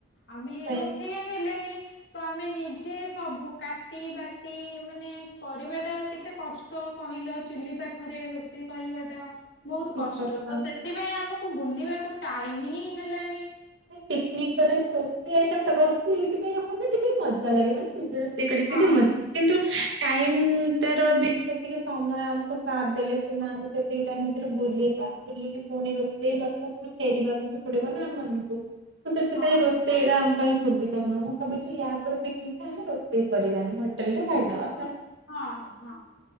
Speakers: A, on the left; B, on the right.
A: ଆମେ
B: ସେଥିପାଇଁ
A: ରୋଷେଇଆ ନେଲେନି। ତ ଆମେ ନିଜେ ସବୁ କାଟି ବାଟି ମାନେ କରିବାଟା କେତେ କଷ୍ଟ କହିଲ ଚୁଲି ପାଖରେ ରୋଷେଇ କରିବାଟା? ବହୁତ
B: ଠିକ
A: କଷ୍ଟ
B: କଥା
A: ତ ସେଥିପାଇଁ ଆମକୁ ୁ ବୁଲିବାକୁ ଟାଇମ ହିଁ ହେଲାନି।
B: ପିକନିକ୍ କଲେ ନା ରୋଷଇ ଟା ଏଇଥିପାଇଁ ରଖନ୍ତି ଟିକେ ମଜା ଲାଗେ ମାନ ନିଜ
A: ହଁ
B: <unintelligible> ଟାଇମ୍ ଟାର ବି ସେତିକି ସମୟ ଆମକୁ ସାଥ ଦେଲେ ସିନା ଆମେ ସେତିକି ଟାଇମ୍ ଭିତରେ ବୁଲିବା ବୁଲିକି ପୁଣି ରୋଷେଇବାସ ପୁଣି ଫେରିବାକୁ <unintelligible> ତ ସେଥିପାଇଁ
A: ହଁ
B: ରୋଷେଇ ଏଇଟା ଆମ ପାଇଁ ସୁବିଧା ନୁହଁ ଭାବୁଛି ୟା ଉପରେ ପିକ୍ନିକ୍ ଟା ହେଲେ ରୋଷେଇ କରିବାନି ହୋଟେଲରେ ଖାଇ ନବା।
A: ହଁ ହଁ